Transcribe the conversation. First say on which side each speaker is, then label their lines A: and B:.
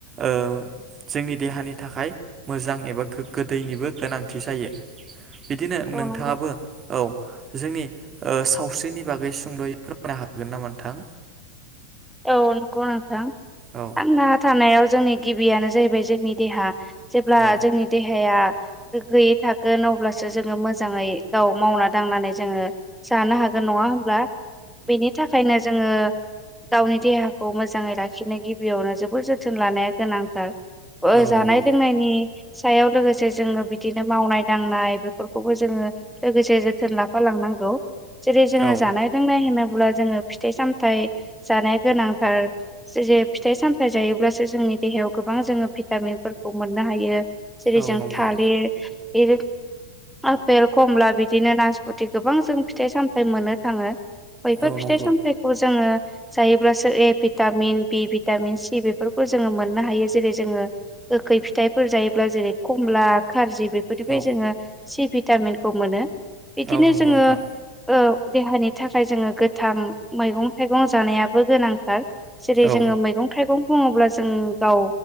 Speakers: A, on the right; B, in the centre.
A: ओ जोंनि देहानि थाखाय मोजां एबा गो ग्गो दैनिबो गोनांथि जायो बिदिनो
B: औ
A: नोंथाङाबो
B: नंगौ
A: औ जोंनि ओ सावस्रिनि बागै सुंद'यै फोरमायनो हागोन नामा नोंथां
B: औ नंगौ नोंथां थांना
A: औ
B: थानायाव जोंनि गिबियानो जाहैबाय जोंनि देहा जेब्ला
A: औ
B: जोंनि देहाया गोग्गोयै थागोन अब्लासो जोङो मोजाङै गाव मावना दांनानै जोङो जानो हागोन नङा होनब्ला बेनि थाखायनो जोङो गावनि देहाखौ मोजाङै लाखिनो गिबियावनो जोबोर जोथोन लानाया गोनांथार ओ
A: औ
B: जानाय
A: नंगौ
B: लोंनायनि सायाव लोगोसे जोङो बिदिनो मावनाय दांनाय बेफोरखौबो जोङो लोगोसे जोथोन लाफा लांनांगौ जेरै जोङो
A: औ
B: जानाय लोंनाय होनोब्ला जोङो फिथाइ सामथाइ जानाया गोनांथार जे जे फिथाइ सामथाइ जायोब्लासो जोंनि देहायाव गोबां जोङो भिटामिनफोर खौ मोननो हायो जेरै
A: औ
B: जों
A: नंगौ
B: थालिर एरै आफेल कमला बिदिनो नासपुथि गोबां जों फिथाइ सामथाय मोननो थाङो बैफोर
A: औ
B: फिथाइ
A: नंगौ
B: सामथाइखौ जा जायोब्लासो ए भिटामिन बि भिटामिन सि बेफोरखौ जोङो मोननो हायो जेरै जोङो ख खै फिथाइफोर जायोब्ला जेरै खमला गारजि बेफोरनिफ्राय
A: औ
B: जोङो सि भिटामिनखौ मोनो बिदिनो
A: औ नंगौ
B: जोङो
A: नोंथां
B: औ देहानि थाखाय जोङो गोथां मैगं थाइगं जानायाबो गोनांथार। जेरै
A: औ
B: जोङो मैगं थाइगं गं बुङोब्ला जों गाव